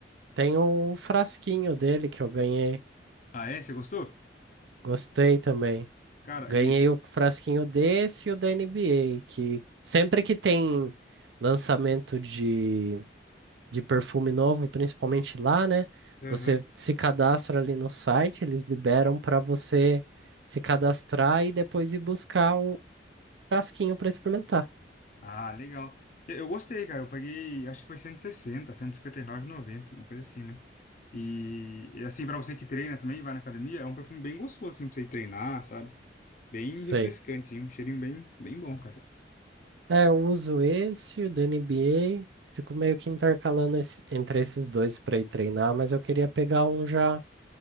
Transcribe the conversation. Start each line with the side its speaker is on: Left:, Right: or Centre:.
Right: tenho um frasquinho dele que eu ganhei.
Left: ah, é? Você gostou?
Right: Gostei também.
Left: Cara,
Right: Ganhei
Left: e esse.
Right: o frasquinho desse e o da NBA, que sempre que tem lançamento de, de perfume novo, principalmente lá, né?
Left: Aham.
Right: Você se cadastra ali no site, eles liberam para você se cadastrar e depois ir buscar o frasquinho para experimentar.
Left: Ah, legal. Eu eu gostei, cara. Eu paguei, acho que foi cento e sessenta, cento e cinquenta e nove e sessenta, cinquenta 160, noventa, uma coisa assim, né? E, e assim, pra você que treina também, vai na academia, é um perfume bem gostoso, assim, pra você ir treinar, sabe? Bem
Right: Sei.
Left: refrescante, hein? um cheirinho bem, bem bom, cara.
Right: É, eu uso esse, o da NBA, fico meio que intercalando esse- entre esses dois para ir treinar, mas eu queria pegar um já